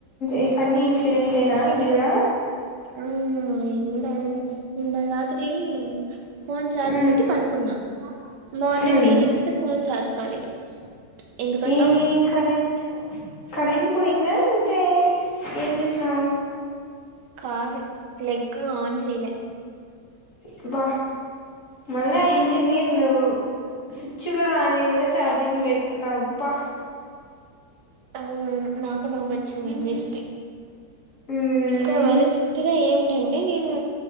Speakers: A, on the left; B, on the right.
A: ఇ ఫన్నీ ఇన్సిడెంటెనా ఇది కూడా
B: ఆ నెంగూడదే <unintelligible> రాత్రి ఫోన్ చార్జ్
A: మ్మ్
B: పెట్టి పండుకున్నా మార్నింగ్
A: మ్మ్
B: లేచి జూస్తే ఫోన్ చార్జ్ కాలేదు ఎందుకంటావు
A: ఏమీ కరెంట్ కరెంట్ పోయిందా లేకుంటే ఏం జేస్తున్నవ్
B: కాదు లెగ్గ్ ఆన్ చేయలే
A: బ్బ మల్ల ఇంజనీర్ నువ్వు స్విచ్చుగుడా ఆన్ జేయకుండ చార్జింగ్ పెట్టినవ్ బ్బా
B: అవునువును నాక్ పుడు నవ్వోచ్చింది నిన్జుస్తే
A: మ్మ్ మ్మ్
B: ఇంకా వరస్ట్ గా ఏం టంటే నేను